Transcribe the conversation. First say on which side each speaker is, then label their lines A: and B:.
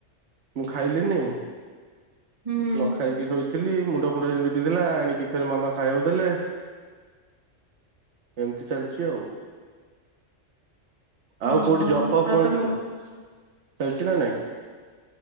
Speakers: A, on the right; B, on the right.
A: ମୁଁ ଖାଇଲିନି।
B: ହୁଁ।
A: ନ ଖାଇକି ଶୋଇଥିଲି। ମୁଣ୍ଡ ଫୁଣ୍ଡ ଯେମତି ବିନ୍ଧିଲା ଆଣିକି ଫେରେ ମାମା ଖାଇବାକୁ ଦେଲେ। ଏମତି ଚାଲିଚି ଆଉ।
B: ହଁ
A: ଆଉ କୋଉଠି
B: ହଁ
A: ଜବ୍ ଫବ୍
B: ଆଉ
A: କଣ
B: ତମ
A: ଚାଲିଚି ନା ନାଇଁ?